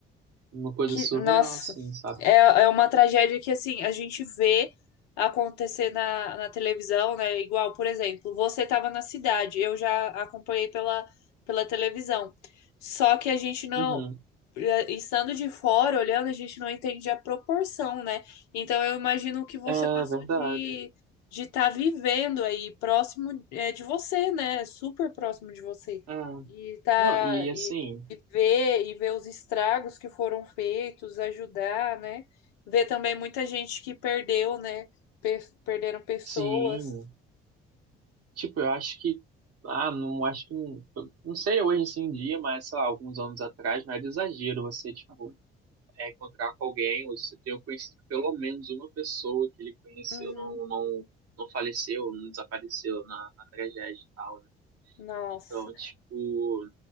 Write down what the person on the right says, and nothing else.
uma coisa
surreal,
assim, sabe?
Uhum.
É
verdade.
É.
Não, e assim,
Sim, tipo, eu acho que, ah, não acho que, não não sei hoje assim em dia, mas sei lá, alguns anos atrás não era exagero você, tipo, é, encontrar com alguém, ou você ter conhecido pelo menos uma pessoa que ele conheceu,
não, não, não faleceu, não desapareceu na, na tragédia e tal, né?
Então, tipo,